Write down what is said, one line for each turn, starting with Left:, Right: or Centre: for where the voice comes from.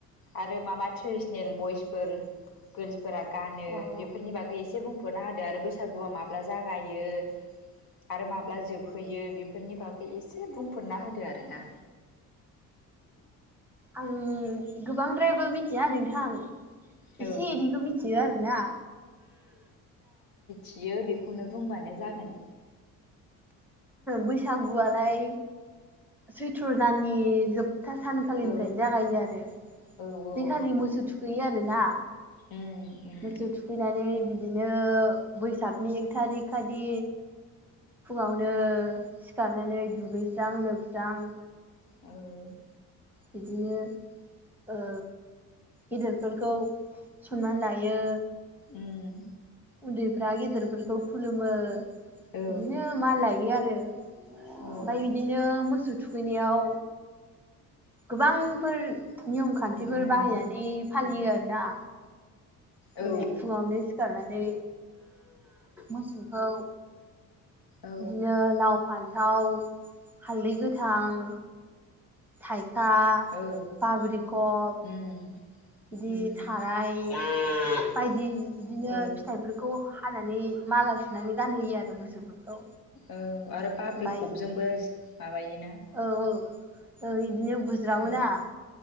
Left: आरो मा मा ट्रेडिसनेल बयसफोर गोर्ल्सफोरा? गानो
Centre: औ
Left: बेफोरनि बागै एसे बुंफ'ना होदो आरो बैसागुआ माब्ला जागायो? आरो माब्ला जोबहैयो बेफोरनि बागै एसे बुं। फुरना होदो आर
Centre: अ
Left: ना?
Centre: आं गोबांद्रायबो मिथिया नोंथां।
Left: औ
Centre: एसे
Left: ओ
Centre: एनिखौ मिथियो आरोना।
Left: थियो बेखौनो बुंबानो जागोन।
Centre: बैसागुआलाय सैथ्र'दाननि जोब था सानखालिनिफ्रायनो
Left: औ
Centre: जागायो आरो
Left: औ औ
Centre: बेखालि मोसौ थुखैयो आरोना।
Left: उम उम
Centre: मोसौ थुखैनानै बिदिनो बैसागनि एक थारिकखालि फुङावनो सिखारनानै दुगैस्रां-लोबस्रां
Left: औ।
Centre: बिदिनो ओ गेदिरफोरखौ सनमान लायो।
Left: उम
Centre: उन्दैफ्रा गेदेरफोरखौ खुलुमो।
Left: औ
Centre: बिदिनो माल लायो आरो ओमफ्राय
Left: उम
Centre: बिदिनो मोसौ थुखैनायाव गोबांफोर नियम खान्थिफोर
Left: उम
Centre: बाहायनानै फालियो आरोना। जेरै
Left: औ
Centre: फुङावनो सिखारनानै मोसौखौ
Left: औ
Centre: बिदिनो लाव फान्थाव हालदै गोथां थाइखा
Left: औ
Centre: बाब्रिकप
Left: उम
Centre: बिदि
Left: उम
Centre: थाराय बायदि बिदिनो
Left: औ
Centre: फिथाइफोरखौ हानानै माला सुनानै गानहोयो आरो मोसौफोरखौ
Left: औ आरो बाबलि
Centre: ओमफ्राय
Left: खबजोंबो
Centre: बिदिनो
Left: माबायोना
Centre: औ औ औ इदिनो बुज्रावो
Left: औ
Centre: ना